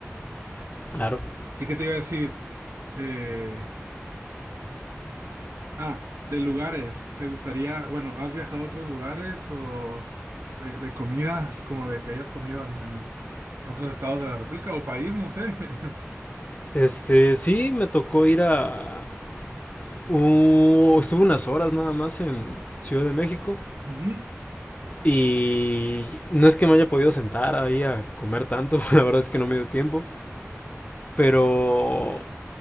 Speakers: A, on the left (about 30°); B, on the right (about 70°).
A: Claro.
B: ¿Y qué te iba a decir? Eh, ah, de lugares, ¿te gustaría, bueno, has viajado a otros lugares o de, de comida, como de que hayas comido en, en otros estados de la República o país, no sé? <laughs>
A: Este, sí, me tocó ir a... u- estuve unas horas nada más en Ciudad de México
B: Ujú,
A: y no es que me haya podido sentar ahí a comer tanto, <laughs> la verdad es que no me dio tiempo, pero